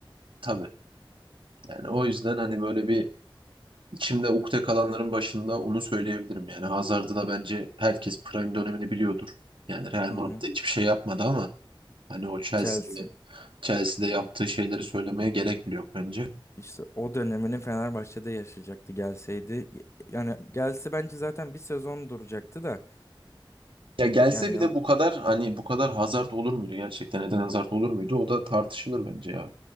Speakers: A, on the right; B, on the left.
A: tabii. Yani o yüzden hani böyle bir içimde ukde kalanların başında onu söyleyebilirim. Yani Hazard'ı da bence herkes prime dönemini biliyordur. Yani Real
B: Hı
A: Madrid'de
B: hı.
A: hiçbir şey yapmadı ama hani o Chelsea'de
B: Chelsea.
A: Chelsea'de yaptığı şeyleri söylemeye gerek bile yok bence.
B: İşte o dönemini Fenerbahçe'de yaşayacaktı gelseydi. Yani gelse bence zaten bir sezon duracaktı da.
A: Ya gelse
B: Yani
A: bir de bu kadar hani bu kadar Hazard olur muydu gerçekten? Eden Hazard olur muydu? O da tartışılır bence ya.